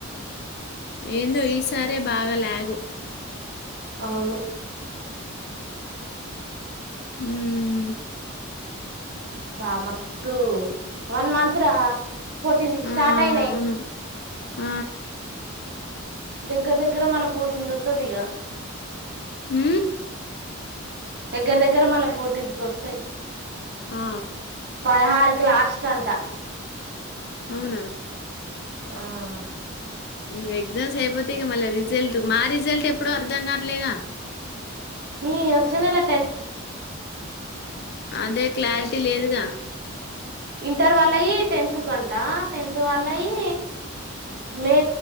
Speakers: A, on the left; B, on the right.
A: ఏందో ఈ సారే బాగా లాగ్.
B: అవును.
A: హ్మ్
B: బా మస్తు వన్ మంత రా. ఫోర్టీన్ కి
A: ఆ
B: స్టార్ట్ అయినాయి.
A: అవును ఆ
B: దగ్గర దగ్గర మన పోటీంతొతుది ఇక
A: హ
B: దగ్గర దగ్గర మళ్ళా ఫోర్టీన్త కొస్తాయి
A: ఆ
B: పదహారుకు లాస్ట్ అంటా
A: అవునా
B: ఆ
A: ఇంకా ఎగ్జామ్స్ అయిపోతాయి మళ్ళీ రిజల్ట్ మా రిజల్ట్ ఎప్పుడ అర్ధం కావట్లేగా
B: ఈ వచే నెలా
A: అదే క్లారిటీ లేదుగా
B: ఇంటర్ వాళ్ళయి టెన్త్ క అంట టెన్త్ వాళ్ళయి మే